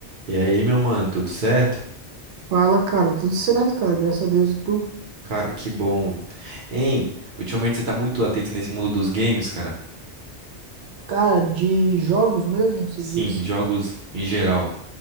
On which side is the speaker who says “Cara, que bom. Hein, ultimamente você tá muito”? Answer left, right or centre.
Right